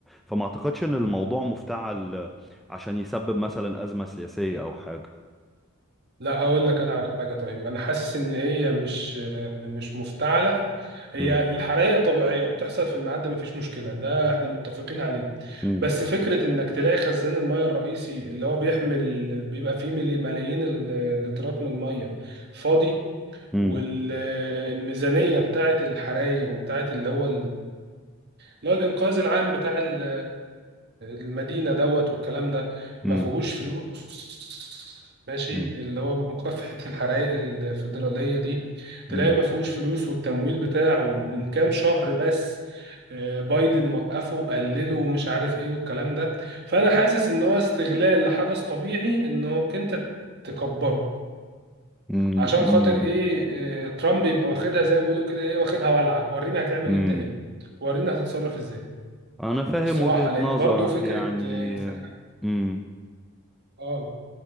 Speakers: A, in the centre; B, on the right (about 50°).
A: فما اعتقدش ان
B: دي
A: الموضوع مفتعل عشان يسبب مثلا ازمه سياسيه او حاجه
B: لا هقول لك انا على حاجه طيب انا حاسس ان هي مش مش مفتعله هي
A: مم.
B: الحرائق طبيعيه وبتحصل في الميعاد ده مفيش مشكله ده احنا متفقين عليه
A: مم.
B: بس فكره انك تلاقي خزان الميه الرئيسي اللي هو بيحمل بيبقى فيه ملي- ملايين ال- اللترات من الميه فاضي
A: مم.
B: والميزانيه بتاعه الحرائق وبتاعه اللي هو اللي هو الإنقاذ العام بتاع ال- المدينة دوت والكلام ده
A: مم.
B: ما فيهوش فلوس ماشي
A: مم.
B: اللي هو مكافحة الحرائق الفيدرالية دي
A: مم.
B: تلاقي ما فيهوش فلوس والتمويل بتاعه من كام شهر بس آه، بايدن وقفه وقلله ومش عارف ايه والكلام ده فأنا حاسس إن هو استغلال لحدث طبيعي إنك أنت تكبره
A: مم.
B: عشان خاطر ايه آه، ترامب يبقى واخدها زي ما بيقولوا كده ايه واخدها ولعة ورينا هتعمل
A: مم.
B: انت ايه ورينا هتتصرف ازاي
A: انا فاهم
B: الصراحة
A: وجهه
B: لأن
A: نظرك
B: برضو فكرة
A: يعني
B: آه، انسحاب
A: مم.
B: اه